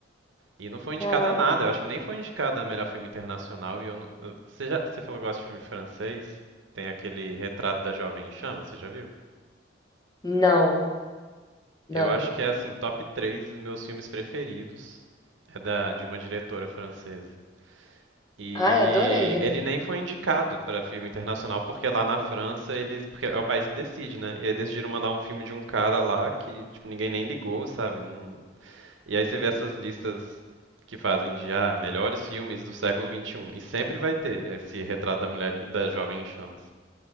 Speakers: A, on the right (about 75°); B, on the left (about 20°).
A: E não foi indicado
B: caraca.
A: a nada, eu acho que nem foi indicado a melhor filme internacional, e eu não... eu- Você já, você falou que gosta de filme francês? Tem aquele Retrato da Jovem em Chamas, você já viu?
B: Não, não.
A: Eu acho que é assim, top 3 meus filmes preferidos. É da, de uma diretora francesa. E
B: Ai, adorei.
A: ele nem foi indicado para filme internacional, porque lá na França eles. Porque é o país que decide, né? E aí decidiram mandar um filme de um cara lá que tipo, ninguém nem ligou, sabe? Não- E aí você vê essas listas que fazem de ah, melhores filmes do século vinte E um e sempre vai ter esse retrato da mulher em- da jovem em chamas.